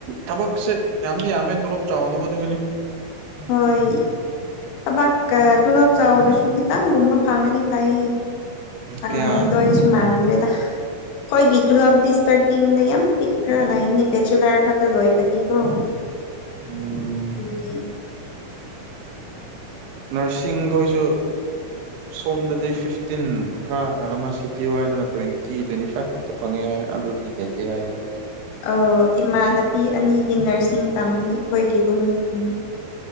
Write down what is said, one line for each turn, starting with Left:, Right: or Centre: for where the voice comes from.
Right: ꯊꯕꯛꯁꯦ ꯌꯥꯝꯗꯤ ꯌꯥꯝꯃꯦ ꯇꯣꯂꯣꯞ ꯆꯥꯎꯗꯕꯗꯨꯒꯤꯅꯤ
Left: ꯍꯣꯏ ꯊꯕꯥꯛꯀ ꯇꯣꯂꯣꯞ ꯆꯥꯎꯗꯁꯨ ꯈꯤꯇꯪꯒꯨꯝꯕ ꯐꯪꯉꯗꯤ ꯐꯩꯌꯦ ꯐꯪꯗꯣꯏꯁꯨ
Right: ꯀꯌꯥ
Left: ꯃꯥꯟꯗ꯭ꯔꯦꯗ ꯈꯣꯏꯒꯤ ꯇꯨꯂꯞꯗꯤ ꯏꯁꯇꯥꯔꯇꯤꯡꯗ ꯌꯥꯝ ꯄꯤꯛꯔ ꯂꯩꯅꯤ ꯕꯦꯆꯦꯂꯔ ꯈꯛꯇ ꯂꯣꯏꯕꯗꯤꯀꯣ <unintelligible>
Right: ꯎꯝ
Left: ꯀꯦ
Right: ꯅꯔꯁꯤꯡꯈꯣꯏꯁꯨ ꯁꯣꯝꯗꯗꯤ ꯐꯤꯐ ꯇꯤꯟ ꯈꯔ ꯀꯅꯣꯃ ꯁꯤꯇꯤꯋꯥꯏꯗꯅ ꯇ꯭ꯋꯦꯟꯇꯤ ꯇ꯭ꯋꯦꯟꯇꯤ ꯐꯥꯏꯚ ꯈꯛꯇ ꯐꯪꯉꯦ ꯍꯥꯏꯌꯦ ꯑꯗꯨꯗꯒꯤ ꯍꯦꯟꯗꯦ ꯍꯥꯏꯌꯦ
Left: ꯑꯣ ꯏꯃꯥꯟꯅꯕꯤ ꯑꯅꯤꯗꯤ ꯅꯔꯁꯤꯡ ꯇꯝꯕꯅꯤ ꯑꯩꯈꯣꯏꯒꯤ ꯔꯨꯝꯃꯦꯠ ꯑꯅꯤ